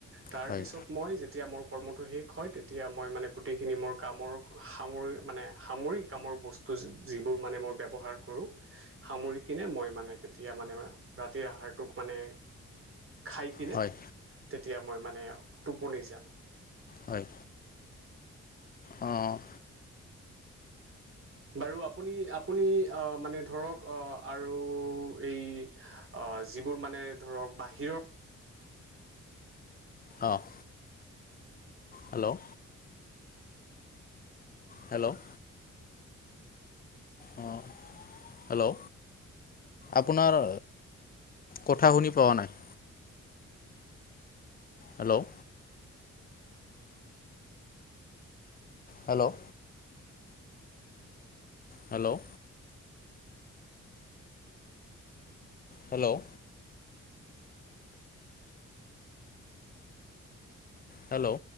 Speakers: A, on the right; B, on the left.
A: তাৰ
B: হয়
A: পিছত মই যেতিয়া মোৰ কৰ্মটো শেষ হয় তেতিয়া মই মানে গোটেইখিনি মোৰ কামৰ সামৰি মানে সামৰি, কামৰ বস্তু যিবোৰ মানে মই ব্যৱহাৰ কৰোঁ, সামৰি কিনে মই মানে তেতিয়া মানে ৰাতিৰ আহাৰটোক মানে খাই কিনে,
B: হয়
A: তেতিয়া মই মানে টোপনি যাওঁ।
B: হয়, অ' অ'।
A: বাৰু আপুনি আপুনি অ' মানে ধৰক অ' আৰু এই অ, যিবোৰ মানে ধৰক বাহিৰৰ
B: অহ হেল্ল' হেল্ল' অ' হেল্ল'। আপোনাৰ কথা শুনি পোৱা নাই। Hello hello hello hello hello.